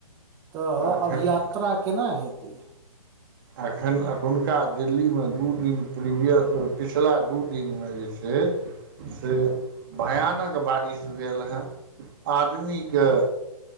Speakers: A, on the right; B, on the right.
A: तऽ
B: आखिर
A: अभ यात्रा केना हेतै
B: एखन एखुनका दिल्ली में दू दिन प्रीवियस पिछिला दू दिनमे जे छै से
A: हूँ
B: भयानक बारिश भेल है आदमीकेँ